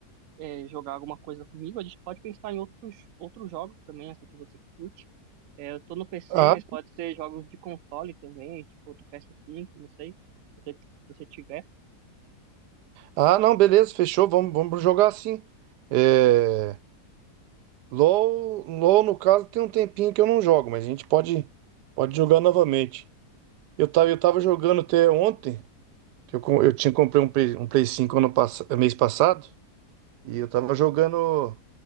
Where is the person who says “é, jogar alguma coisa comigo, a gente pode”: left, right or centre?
Right